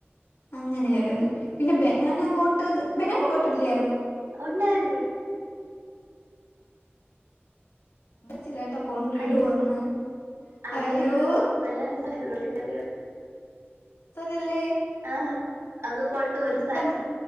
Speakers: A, on the left; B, on the right.
A: അങ്ങനെയായിരുന്നു പിന്നെ ബനാന ബോട്ട് ബനാന ബോട്ട്ല്ലേ
B: ഒണ്ടായിരുന്നു
A: ച്ചില്ലാട്ടോ കൊണ്ട് ഇടുന്ന്
B: അയ്യോ അത്
A: അയ്യോ
B: നല്ല <unintelligible>
A: ത്തന്നല്ലേ
B: ആ അത് കൊണ്ട് ഒരു സ
A: ഇപ്പം